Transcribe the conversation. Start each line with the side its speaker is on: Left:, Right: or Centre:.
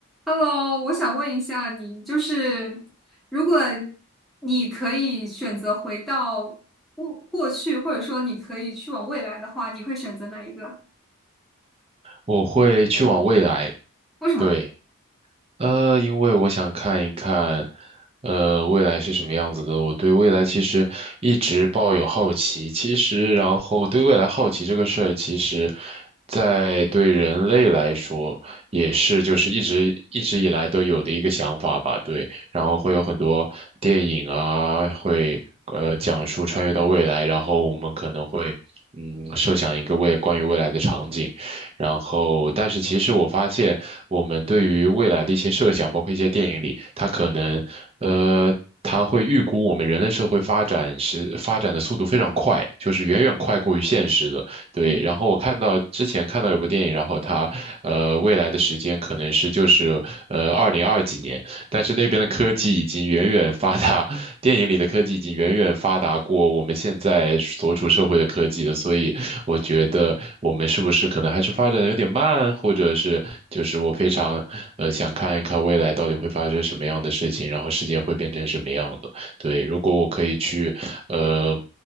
Centre: Hello，我想问一下你，就是如果你可以选择回到过过去，或者说你可以去往未来的话，你会选择哪一个？
Right: 我会去往未来，
Centre: 为什么？
Right: 对，呃，因为我想看一看，呃，未来是什么样子的。我对未来其实一直抱有好奇，其实然后对未来好奇这个事儿，其实，在对人类来说也是就是一直一直以来都有的一个想法吧，对。然后会有很多电影啊，会呃讲述穿越到未来，然后我们可能会嗯设想一个未关于未来的场景。然后，但是其实我发现，我们对于未来的一些设想，包括一些电影里，它可能，呃，它会预估我们人类社会发展是发展的速度非常快，就是远远快过于现实的。对，
Centre: 嗯，
Right: 然后我看到之前看到有部电影，然后它，呃，未来的时间可能是就是呃二零二几年，但是那边的科技已经远远发达电影里的科技已经远远发达过我们现在所处社会的科技了，所以我觉得我们是不是可能还是发展的有点慢，或者是就是我非常呃想看一看未来到底会发生什么样的事情，然后世界会变成什么样的。对，如果我可以去呃